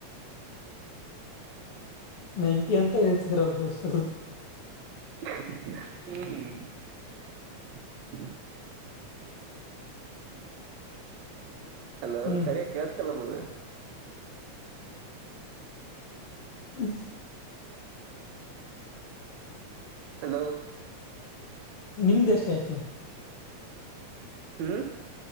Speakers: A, on the left (about 65°); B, on the right (about 75°).
A: ನೈಂಟಿ ಅಂತ ಹೇಳ್ತಿದ್ರ ಅವ ದೋಸ್ತ.
B: ಹ್ಮ್. ಹಲೋ
A: ಹ್ಮ್
B: ಸರಿಯ ಕಳ್ಸಕಲ್ಲಮ್ಮ.
A: ಹ್ಮ.
B: ಹಲೋ.
A: ನಿಮ್ದ ಎಷ್ಟ ಆಯ್ತು.
B: ಹ್ಮ್.